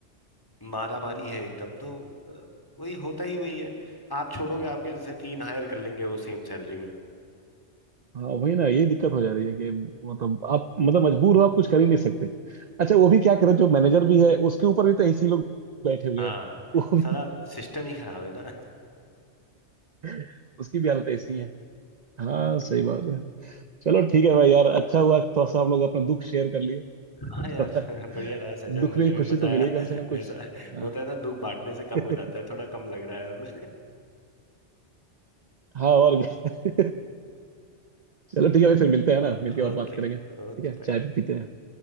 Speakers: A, on the left (about 20°); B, on the right (about 45°).
A: मारामारी है एकदम तो अ, वही होता ही वही है आप छोड़ोगे आपके जैसे तीन हायर कर लेंगे वो सेम सैलरी में
B: हाँ वही ना ये दिक्कत हो जा रही है कि मतलब आप मतलब मजबूर हो आप कुछ कर ही नहीं सकते अच्छा वो भी क्या करें जो मैनेजर भी है उसके ऊपर भी तो ऐसे ही लोग बैठे हुए
A: हाँ
B: हैं वो भी
A: साला सिस्टम ही खराब है ना
B: <laughs> उसकी भी हालत ऐसी है हाँ सही बात है चलो ठीक है भाई यार अच्छा हुआ थोड़ा सा हम लोग अपना दुख शेयर कर लिए <laughs>
A: <laughs> हाँ यार
B: थोड़ा
A: बढ़िया रहा सहजन
B: दुख
A: मुझे
B: में ही
A: भी
B: खुशी
A: मजा
B: तो
A: आया
B: मिलेगी कम से कम कुछ
A: ऐसा
B: हाँ
A: होता है ना दुख बांटने से कम
B: <laughs>
A: हो जाता है थोड़ा कम लग रहा है अब
B: हाँ और क्या। <laughs> चलो ठीक है भाई फिर मिलते हैं ना मिलके
A: <laughs> Okay
B: और बात करेंगे ठीक
A: okay
B: है
A: bye.
B: चाय भी पीते हैं